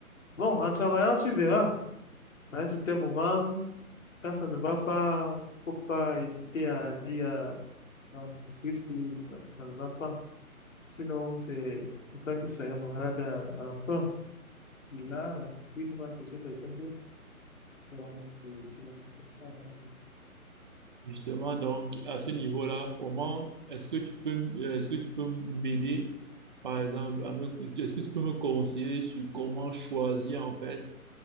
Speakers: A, on the left; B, on the right.
A: Bon, en travaillant, tu verras. À un certain moment, quand ça ne va pas, faut pas hésiter à dire à à l'entreprise que ça, ça ne va pas. Sinon, c'est c'est toi qui seras malade à, à la fin. Et là, l'entreprise va chercher quelqu'un d'autre. Donc, euh, c'est un peu comme ça. hein.
B: Justement, donc, à ce niveau-là, comment est-ce que tu peux, m- euh, est-ce que tu peux m'aider, par exemple, à me, est-ce que tu peux me conseiller sur comment choisir, en fait,